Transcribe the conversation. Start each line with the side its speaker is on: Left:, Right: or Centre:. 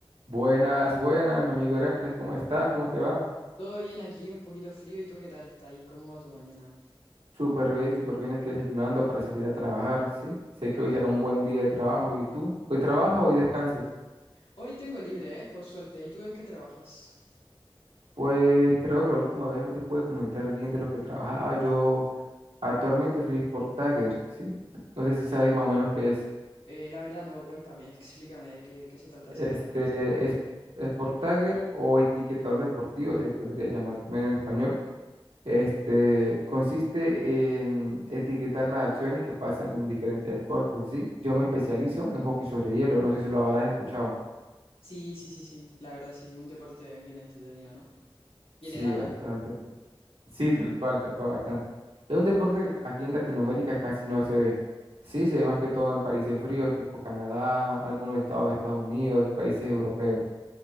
Right: Buenas, buenas, mi amigo Heracles, ¿cómo estás? ¿Cómo te va?
Left: Todo bien aquí, un poquito frío. ¿Y tú qué tal está ahí? ¿Cómo va tu mañana?
Right: Súper bien, súper bien, aquí desayunando para salir a trabajar, ¿sí? Sé que hoy será un buen día de trabajo, ¿y tú? ¿Hoy trabajas o hoy descansas?
Left: Hoy tengo libre, ¿eh? Por suerte. ¿Y tú en qué trabajas?
Right: Pues creo que la última vez no te pude comentar bien de lo que trabajaba. Yo actualmente soy Sport Tagger, ¿sí? No sé si sabes más o menos qué es.
Left: Eh, la verdad no, cuéntame, explícame de qué, qué se trata
Right: Este
Left: esa, ese trabajo.
Right: es Sport Tagger o etiquetador deportivo, se le podría llamar también en español. Este, consiste en etiquetar las acciones que pasan en diferentes deportes, ¿sí? Yo me especializo en hockey sobre hielo, no sé si lo habrás escuchado.
Left: Sí, sí, sí, sí, la verdad sí, un deporte bien entretenido, ¿no? Bien
Right: Sí,
Left: helado.
Right: bastante. Sí, tal cual, tal cual, bastante. Es un deporte que aquí en Latinoamérica casi no se ve. Sí, se ve más que todo en países fríos, tipo Canadá, algunos estados de Estados Unidos, países europeos.